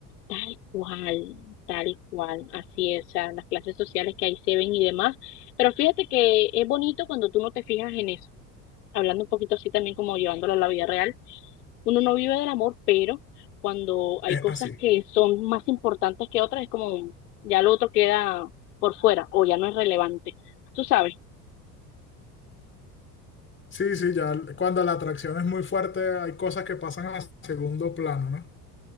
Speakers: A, on the left; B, on the left.
A: tal cual, tal cual, así es. O sea, las clases sociales que ahí se ven y demás. Pero fíjate que es bonito cuando tú no te fijas en eso. Hablando un poquito así también como llevándolo a la vida real uno no vive del amor, pero cuando hay
B: es
A: cosas
B: así.
A: que son más importantes que otras, es como ya lo otro queda por fuera o ya no es relevante. Tú sabes,
B: Sí, sí, ya l- cuando la atracción es muy fuerte hay cosas que pasan a segundo plano, ¿no?